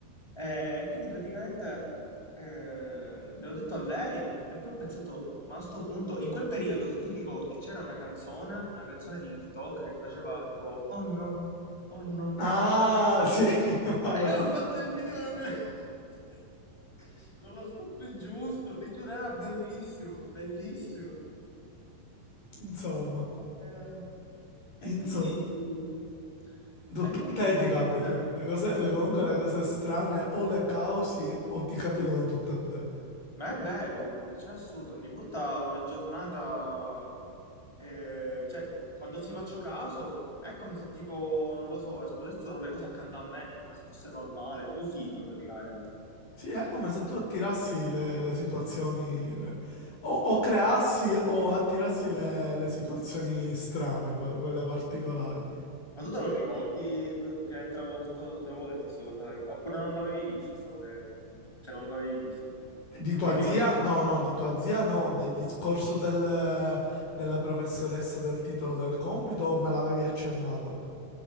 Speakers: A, in the centre; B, on the left (about 55°).
A: E quindi praticamente eh, l'ho detto a lei e poi ho pensato, ma a sto punto, in quel periodo, se ti ricordi, c'era una canzone, una canzone di TikTok che faceva tipo, oh no, oh no.
B: Ah, sì. <laughs> Allora,
A: E io ho fatto il video con, <laughs> con lo stop giusto, ti giuro, era bellissimo, bellissimo.
B: insomma,
A: Eh, e
B: insomma,
A: quindi,
B: tutto
A: e quindi
B: a te
A: praticamente...
B: ti capitano. Le cose, le- comunque
A: Sì.
B: le cose strane o le causi o ti capitano tutte a te.
A: Ma è vero comunque, c'è assurdo, ogni volta una giornata, eh, cioè quando ci faccio caso è come se tipo, non lo so, esplodessero le cose accanto a me, tipo come se fosse normale, tipo un film praticamente.
B: Sì, è come se tu attirassi le, le situazioni, le- o, o creassi o attirassi le, le situazioni strane, poi, quelle particolari.
A: Ma tu te lo ricordi que- che te l'avevo fatto- te l'avevo detto questa cosa? del- Oppure non l'avevi vista questa cosa del video? Cioè non l'avevi visto?
B: Di
A: Non
B: tua
A: mi ricordo.
B: zia? No, no, di tua zia no, del discorso del- della professoressa del titolo del compito o me l'avevi accennato?